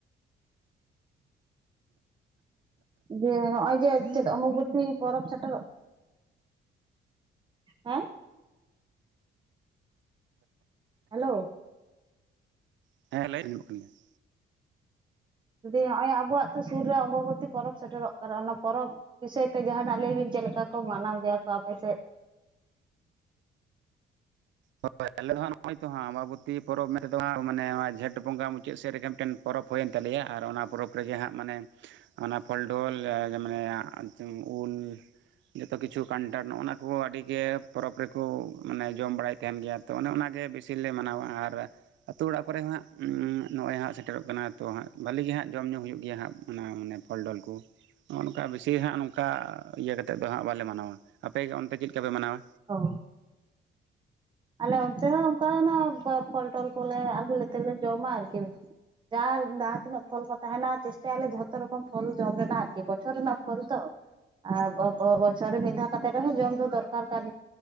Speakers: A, on the right; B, on the right.
A: ᱡᱮ ᱱᱚᱜᱼᱚᱭ ᱡᱮ ᱪᱮᱫ ᱚᱢᱵᱷᱚ ᱯᱚᱨᱚᱵᱽ ᱥᱮᱴᱮᱨᱚᱜ ᱠᱟᱱᱟ ᱦᱮᱸ ᱦᱮᱞᱳ
B: <unintelligible>
A: ᱡᱩᱫᱤ ᱱᱚᱜᱼᱚᱭ ᱟᱵᱚᱣᱟᱜ ᱛᱚ ᱥᱩᱨ ᱨᱮ ᱚᱢᱚᱵᱚᱛᱤ ᱯᱚᱨᱚᱵᱽ ᱥᱮᱴᱮᱨᱚᱜ ᱠᱟᱱᱟ ᱚᱱᱟ ᱯᱚᱨᱚᱵᱽ ᱵᱤᱥᱚᱭ ᱛᱮ ᱡᱟᱦᱟᱱᱟᱜ ᱞᱟᱹᱭ ᱵᱤᱱ ᱪᱮᱫ ᱞᱮᱠᱟ ᱠᱚ ᱢᱟᱱᱟᱣ ᱜᱮᱭᱟ ᱠᱚ ᱟᱯᱮ ᱥᱮᱫ
B: ᱦᱳᱭ ᱟᱞᱮ ᱫᱚ ᱦᱟᱜ ᱱᱚᱜᱼᱚᱭ ᱛᱚ ᱦᱟᱜ ᱟᱢᱵᱟᱵᱚᱛᱤ ᱯᱚᱨᱚᱵᱽ ᱢᱮᱱᱛᱮᱫᱚ ᱢᱟᱱᱮ ᱱᱚᱣᱟ ᱡᱮᱸᱷᱮᱴ ᱵᱚᱸᱜᱟ ᱢᱩᱪᱟᱹᱫ ᱥᱮᱫ ᱨᱮᱜᱮ ᱢᱤᱫᱴᱮᱱ ᱯᱚᱨᱚᱵᱽ ᱦᱳᱭᱮᱱ ᱛᱟᱞᱮᱭᱟ ᱟᱨ ᱚᱱᱟ ᱯᱚᱨᱚᱵᱽ ᱨᱮᱜᱮ ᱦᱟᱸᱜ ᱢᱟᱱᱮ ᱚᱱᱟ ᱯᱷᱚᱞᱰᱚᱞ ᱢᱟᱱᱮ ᱩᱞ ᱡᱚᱛᱚ ᱠᱤᱪᱷᱩ ᱠᱟᱱᱴᱷᱟ ᱱᱚᱜ ᱱᱟ ᱠᱚ ᱟᱹᱰᱤ ᱜᱮ ᱯᱚᱨᱚᱵᱽ ᱨᱮᱠᱚ ᱢᱟᱱᱮ ᱡᱚᱢ ᱵᱟᱲᱟᱭᱮᱫ ᱛᱟᱦᱮᱱ ᱜᱮᱭᱟ ᱛᱚ ᱚᱱᱮ ᱚᱱᱟᱜᱮ ᱵᱤᱥᱤ ᱞᱮ ᱢᱟᱱᱟᱣᱟ ᱟᱨ ᱟᱹᱛᱩ ᱚᱲᱟᱜ ᱠᱚᱨᱮ ᱦᱟᱸᱜ ᱱᱚᱜᱼᱚᱭ ᱦᱟᱸᱜ ᱥᱮᱴᱮᱨᱚᱜ ᱠᱟᱱᱟ ᱛᱚ ᱦᱟᱜ ᱵᱷᱟᱹᱞᱤ ᱜᱮ ᱦᱟᱸᱜ ᱡᱚᱢ ᱧᱩ ᱦᱩᱭᱩᱜ ᱜᱮᱭᱟ ᱦᱟᱸᱜ ᱚᱱᱟ ᱢᱟᱱᱮ ᱯᱷᱚᱞ ᱰᱚᱞ ᱠᱚ ᱚᱱᱠᱟ ᱵᱮᱥᱤ ᱦᱟᱸᱜ ᱱᱚᱝᱠᱟ ᱤᱭᱟᱹ ᱠᱟᱛᱮᱫ ᱫᱚ ᱦᱟᱸᱜ ᱵᱟᱞᱮ ᱢᱟᱱᱟᱣᱟ ᱟᱯᱮᱜᱮ ᱚᱱᱛᱮ ᱪᱮᱫ ᱞᱮᱠᱟᱯᱮ ᱢᱟᱱᱟᱣᱟ᱾
A: ᱦ ᱟᱞᱮ ᱚᱱᱛᱮ ᱦᱚᱸ ᱚᱱᱠᱟ ᱚᱱᱟ ᱯᱷᱚᱞ ᱰᱚᱞ ᱠᱚᱞᱮ ᱟᱹᱜᱩ ᱞᱮᱛᱮᱞᱮ ᱡᱚᱢᱟ ᱟᱨᱠᱤ ᱡ ᱡᱟᱦᱟᱸ ᱛᱤᱱᱟᱹᱜ ᱯᱷᱚᱞ ᱠᱚ ᱛᱟᱦᱮᱱᱟ ᱪᱮᱥᱴᱟᱭᱟᱞᱮ ᱡᱷᱚᱛᱚ ᱨᱚᱠᱚᱢ ᱯᱷᱚᱞ ᱡᱚᱢ ᱨᱮᱱᱟᱜ ᱟᱨᱠᱤ ᱵᱚᱪᱷᱚᱨ ᱨᱮᱱᱟᱜ ᱯᱷᱚᱞ ᱛᱚ ᱟᱨ ᱵᱚᱪᱚᱨ ᱨᱮ ᱢᱤᱫᱷᱟ ᱠᱟᱛᱮ ᱫᱚ ᱡᱚᱢ ᱫᱚ ᱫᱚᱨᱠᱟ ᱫᱚᱨᱠᱟᱨ ᱠᱟᱱ